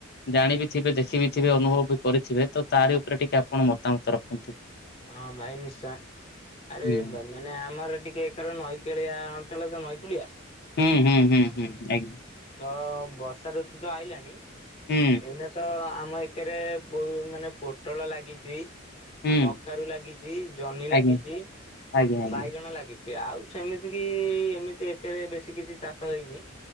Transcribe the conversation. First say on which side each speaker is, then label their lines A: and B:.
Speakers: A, on the left (about 50°); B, on the left (about 30°).
A: ଜାଣ ବିିଥିବେ ଦେଖିବି ଥିବେ ଅନୁଭବ ବି କରିଥିବେ ତ ତାରି ଉପରେ ଟିକେ ଆପଣ ମତାମତ ରଖନ୍ତୁ
B: ହଁ ଭାଇ ନିଶ୍ଚା ଆରେ
A: ହୁଁ
B: ମାନେ ଆମର ଟିକେ ଏକର ନଈକେଳିଆ ଅଞ୍ଚଳ ତ ନଈକଳିଆ
A: ହୁଁ ହୁଁ ହୁଁ ହୁଁଦି
B: ତ ବର୍ଷା ଋତୁ ତ ଆଇଲାଣିି
A: ହୁଁ
B: ଏ ତ ଆମ ଏକରେ ବହୁ ମାନେ ପୋଟଳ ଲାଗିଛି
A: ହୁଁ
B: କଖାରୁ ଲାଗିଛି, ଜହ୍ନି ଲାଗିଛି,
A: ଆଜ୍ଞା ଆଜ୍ଞା ଆଜ୍ଞା
B: ବାଇଗଣ ଲାଗିଛି। ଆଉ ସେମିତି କି ଏମିତି ଏକଥରେ ବେଶୀ କିଛି ଚାଷ ହେଇନି।